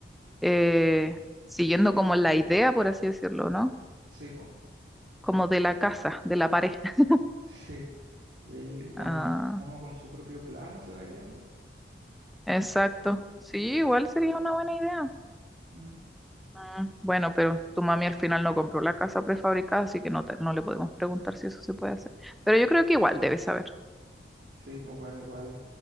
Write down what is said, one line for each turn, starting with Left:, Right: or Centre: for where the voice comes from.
Centre: eh, siguiendo como la idea, por así decirlo, ¿no?
Right: sí, po,
Centre: Como de la casa, de la pared. <laughs>
Right: sí. Y ahí con
Centre: Ah,
Right: un- uno con su propio plano se va guiando, po.
Centre: exacto. Sí, igual sería una buena idea.
Right: Mm,
Centre: Mm, Bueno, pero tu mami al final no compró la casa prefabricada, así que no, te- no le podemos preguntar si eso se puede hacer. Pero yo creo que igual debe saber.
Right: Sí, pues bueno, igual